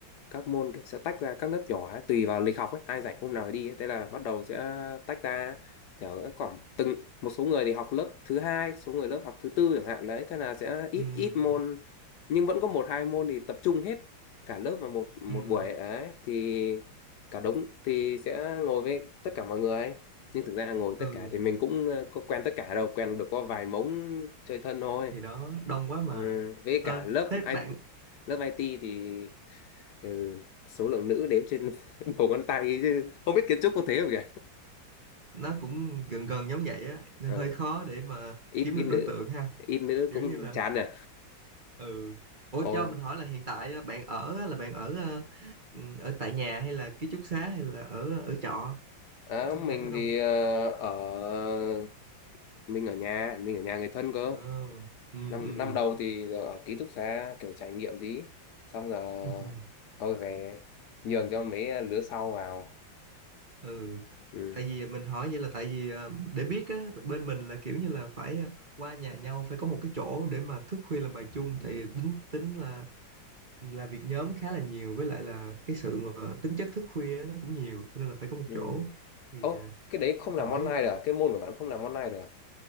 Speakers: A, on the left; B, on the right.
A: các môn kiểu sẽ tách ra các lớp nhỏ ấy, tùy vào lịch học ấy ai rảnh hôm nào đi ấy. Thế là bắt đầu sẽ tách ra kiểu các khoảng từng một số người thì học lớp thứ hai số người lớp học thứ tư chẳng hạn đấy thế là sẽ ít
B: ừm,
A: ít môn nhưng vẫn có một hai môn thì tập trung hết cả lớp vào một một
B: ừm,
A: buổi ấy thì cả đống thì sẽ ngồi với tất cả mọi người nhưng thực ra ngồi tất
B: ừ
A: cả thì mình cũng ờ, có quen tất cả đâu quen được có vài mống chơi thân thôi
B: thì đó đông quá mà
A: Ừ, với
B: Ờ,
A: cả lớp
B: thế
A: IT,
B: bạn
A: lớp IT thì ừ, số lượng nữ đếm trên <laughs> đầu ngón tay ấy chứ không biết kiến trúc có thế không nhỉ
B: nó cũng gần gần giống vậy á nên
A: Ờ,
B: hơi khó để mà
A: ít
B: kiếm
A: ít
B: được
A: nữ
B: đối tượng ha
A: ít nữ
B: kiểu
A: cũng
B: như là
A: chán rồi
B: ừ ủa
A: Ôi,
B: cho mình hỏi là hiện tại á, bạn ở á, là bạn ở ờ, ừm, ở tại nhà hay là ký túc xá hay là ở ờ, ở trọ
A: à,
B: sinh hoạt
A: mình
B: ở đâu
A: thì ờ, ở mình ở nhà mình ở nhà người thân cơ
B: ừ ừ
A: năm
B: ừ
A: năm đầu thì ở ký túc xá kiểu trải nghiệm tí xong rồi
B: <laughs>
A: thôi về nhường cho mấy lứa sau vào
B: ừ
A: ừ
B: tại vì mình hỏi vậy là tại vì ờ, để biết á bên mình là kiểu như là phải ờ, qua nhà nhau phải có một cái chỗ để mà thức khuya làm bài chung tại vì tính tính là là việc nhóm khá là nhiều với lại là cái sự mà tính chất thức khuya á, nó cũng nhiều cho nên là phải có một
A: ừ
B: chỗ thì
A: Ố,
B: ờ,
A: cái đấy
B: đang
A: không làm
B: hỏi
A: online được à? cái môn của bạn không làm online được à?